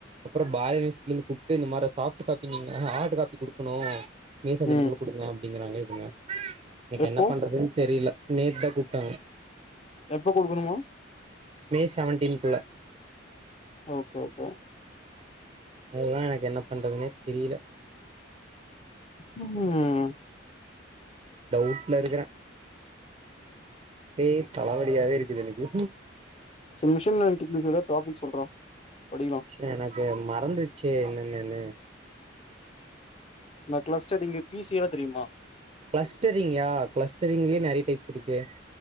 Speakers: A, on the right; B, on the left.
A: அப்றோ பாய் யுனிவர்சிட்டி கூப்ட்டு இந்த மாரி ஃசாப்ட்டு காப்பி நீங்க ஆட் காப்பி குடுக்கணு மேசன்டின்க்குள்ள
B: ம்
A: குடுங்க அப்டிங்கறாங்க இவங்க எனக்கு
B: எப்போ
A: என்ன பண்றதுன் தெரியில நேத்தா கூப்ட்டாங்க
B: எப்ப குடுக்கணுமா
A: மே செவன்டீன் குள்ள
B: ஓகே ஓகே
A: அதுதா எனக்கு என்ன பண்றதுன்னே தெரியில
B: ம்
A: டவுட்ல இருக்கற பே தலவலியாவே இருக்குது எனக்கு
B: சம் மிஷன் <unintelligible> டாபிக் சொல்றா படிக்கலா
A: ச எனக்கு மறந்துச்சே என்னன்னன்னு
B: இந்த கிளஸ்டர்டு இங்க பீஸ் எவ்ளோ தெரியுமா
A: கிளஸ்டரிங்யா கிளஸ்டரிங்லயே நெறைய டைப்ஸ் இருக்கு